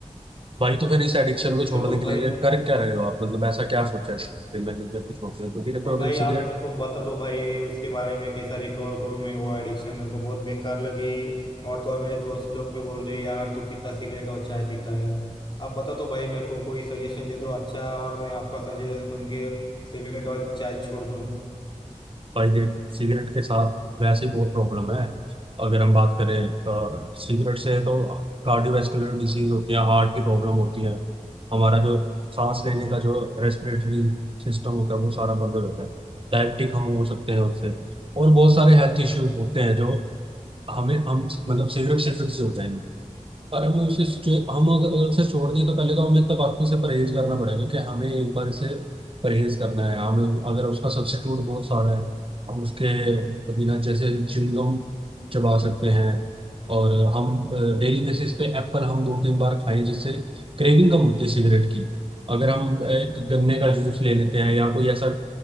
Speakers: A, on the right; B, on the left.
A: भाई तो फिर इस एडिक्शन को छोड़ने
B: मेरे को
A: के
B: भाई
A: लिए कर क्या रहे हो आप मतलब ऐसा क्या सोचा है कि मैं सिगरेट को छोड़ दूं? क्योंकि देखो,
B: नहीं भाई
A: अगर सिगरेट
B: आप मेरे को बता दो भाई उसके बारे में कैसा रिकवर करूं मैं वो एडिक्शन मेरे को बहुत बेकार लगी और तो और मेरे दोस्त लोग भी बोल रहे यार तू कितना सिगरेट और चाय पीता है आप बता दो भाई मेरे को कोई सजेशन दे दो अच्छा और मैं आपका सजेशन सुन के सिगरेट और चाय छोड़ दूं
A: भाई देख सिगरेट के साथ वैसे ही बहुत प्रॉब्लम है अगर हम बात करें अ, सिगरेट से तो कार्डियोवैस्कुलर डिजीज होती है हार्ट की प्रॉब्लम होती है हमारा जो सांस लेने का जो रेस्पिरेटरी सिस्टम होता है वो सारा बंद हो जाता है डायबिटिक हम हो सकते हैं उससे और बहुत सारे हेल्थ इश्यूज होते हैं जो हमें हम मतलब सिगरेट सिगरेट से हो जाएंगे और हम उसे जो हम अगर उसे छोड़ दें तो पहले तो हमें तंबाकू से परहेज करना पड़ेगा कि हमें एक बार इसे परहेज करना है हमें अगर उसका सब्स्टिट्यूट बहुत सारा है हम उसके बिना जैसे च्युइंगम चबा सकते हैं और हम डेली बेसिस पे एप्पल हम दो तीन बार खाएं जिससे क्रेविंग कम होती है सिगरेट की अगर हम एक गन्ने का जूस ले लेते हैं या कोई ऐसा